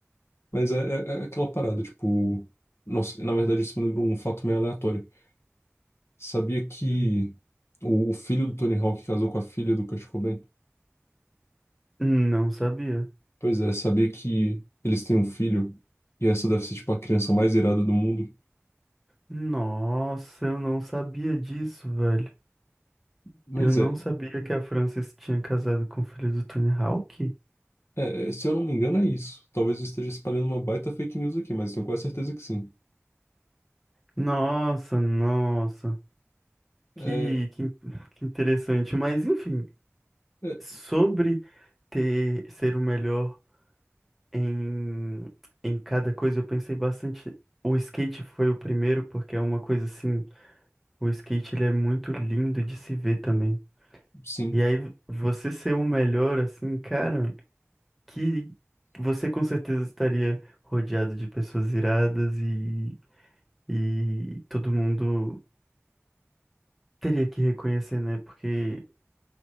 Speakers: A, on the left; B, in the centre.
A: mas é, é- é aquela parada, tipo, nossa, na verdade isso me lembra um fato meio aleatório. Sabia que
B: <laughs>
A: o, o filho do Tony Hawk casou com a filha do Kurt Cobain?
B: Não sabia.
A: Pois é, sabia que eles têm um filho, e essa deve ser, tipo, a criança mais irada do mundo.
B: Nossa, eu não sabia disso, velho.
A: Mas
B: Eu não
A: é,
B: sabia que a Frances tinha casado com o filho do Tony Hawk.
A: é, é, se eu não me engano é isso. Talvez eu esteja espalhando uma baita fake news aqui, mas tenho quase certeza que sim.
B: Nossa, nossa.
A: É,
B: Que, que, que interessante. Mas, enfim,
A: é,
B: sobre ter, ser o melhor em, em cada coisa, eu pensei bastante. O skate foi o primeiro, porque é uma coisa assim. O skate, ele é muito lindo de se ver também.
A: sim.
B: E aí, você ser o melhor, assim, cara. que você com certeza estaria rodeado de pessoas iradas e, e todo mundo teria que reconhecer, né? Porque